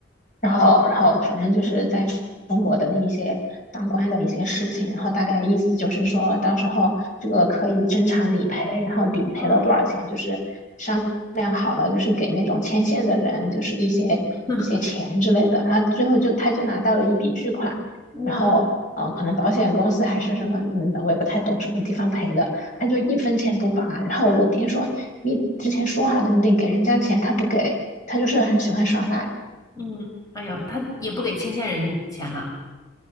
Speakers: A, on the left (about 45°); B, on the left (about 20°).
A: 然后，然后，反正就是在中国的那一些当官的一些事情，然后大概意思就是说到时候这个可以正常理赔，然后理赔了多少钱，
B: 哦
A: 就是商量好了，就是给那种牵线的人就是一些一些钱之类的，
B: <laughs>，
A: 然后最后就他就拿到了一笔巨款，
B: 哇，
A: 然后。呃，可能保险公司还是什么，嗯，我也不太懂什么地方赔的，他就一分钱不拔。然后我爹说，你之前说好的，你得给人家钱，他不给。他就是很喜欢耍赖，
B: 嗯，哎呀，他也不给牵线人钱了，